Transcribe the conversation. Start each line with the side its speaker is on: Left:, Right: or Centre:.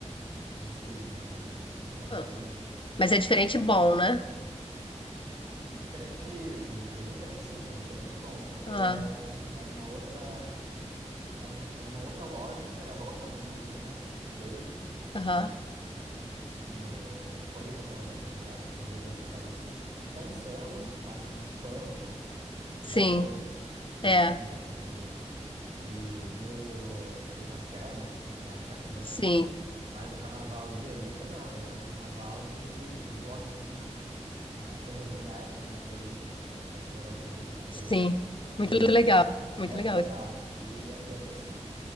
Right: do sul, né? De, de Santa Catarina.
Left: Ah, Mas é diferente e bom, né?
Right: Diferente o de Olinda, e sim, é diferente e bom, porque
Left: Ah,
Right: é, é um- é uma outra, é uma, é uma outra lógica, é uma outra música, né? Muito frevo.
Left: Aham.
Right: E no, em Floripa, pelo menos, e acho que no Rio deve ser parecido. Tem samba, mas tem muito funk. Tem
Left: Sim,
Right: várias coisas, né? Que
Left: é,
Right: misturam ali. E no axé, né? Sempre tem axé também.
Left: sim,
Right: Mas o carnaval de Olinda, não. Ele é um carnaval de, de bloquinho, né? Tem os bonecos, né, de Olinda, que acho que tu já deve ter visto na TV.
Left: sim. Muito
Right: E
Left: legal, muito
Right: e é
Left: legal.
Right: bem legal. E, e, e aí, assim,